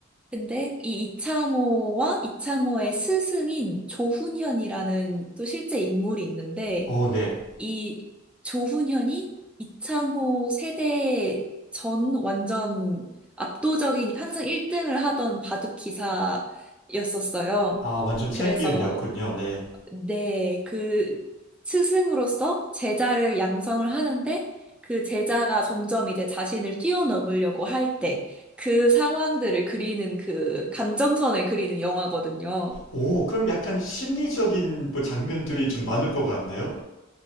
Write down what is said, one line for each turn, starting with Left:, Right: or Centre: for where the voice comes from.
Centre: 근데 이 이창호와 이창호의 스승인 조훈현이라는 또 실제 인물이 있는데
Left: 어, 네.
Centre: 이 조훈현이 이창호 세대 전 완전 압도적인 항상 1등을 하던 바둑 기사였었어요.
Left: 아, 완전 챔피언이었군요.
Centre: 그래서
Left: 네.
Centre: 네, 그 스승으로서 제자를 양성을 하는데 그 제자가 점점 이제 자신을 뛰어넘으려고 할 때 그 상황들을 그리는 그 감정선을 그리는 영화거든요.
Left: 오, 그럼 약간 심리적인 뭐 장면들이 좀 많을 것 같네요.